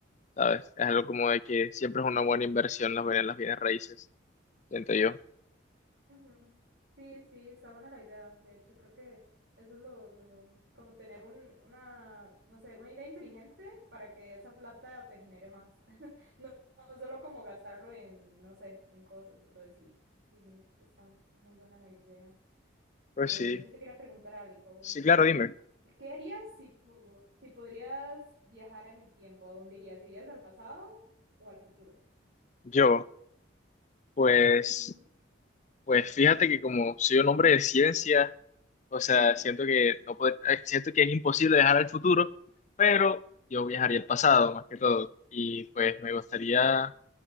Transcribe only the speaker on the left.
¿sabes? Es algo como de que siempre
es una buena inversión las bienes, las bienes raíces, siento yo.
Pues
sí,
sí, claro, dime.
Yo, pues,
pues fíjate que como soy un hombre de ciencia, o sea, siento que
no pod- eh, siento que es imposible viajar al futuro, pero yo viajaría al pasado más que todo. Y pues me gustaría